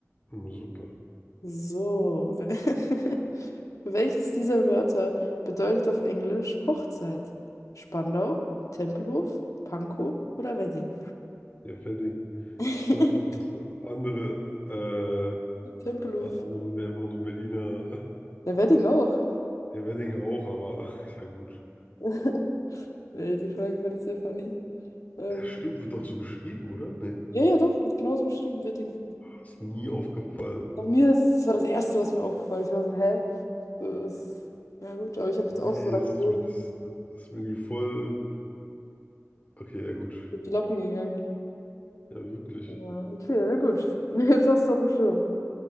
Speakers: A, on the left (about 30°); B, on the left (about 80°).
A: Hm, super.
B: So. <laughs> we- Welches dieser Wörter bedeutet auf Englisch Hochzeit? Spandau, Tempelhof, Pankow oder Wedding?
A: Ja, Wedding.
B: <laughs>
A: Das ist alles das ist andere, äh,
B: Tempelhof.
A: alles andere sind ja einfach nur Berliner.
B: Der Wedding auch.
A: Ja, Wedding auch, aber <laughs> ja gut.
B: <laughs> Nee, Die Frage fand ich sehr funny. Ähm,
A: Ja, stimmt, wird auch so geschrieben, oder? Nee.
B: ja, ja, doch, wird genauso geschrieben, Wedding.
A: Ist mir nie aufgefallen.
B: Bei mir ist es, das war das Erste, was mir aufgefallen ist. Ich war so, hä? So, Das ist, ja gut, aber ich habe jetzt
A: Nee,
B: auch so dran
A: ist,
B: gewöhnt,
A: ist, ist mir irgendwie voll. Okay, ja gut.
B: durch die Lappen gegangen.
A: Ja, wirklich.
B: Ja, okay, na gut. <laughs> Jetzt hast du es auf dem Schirm.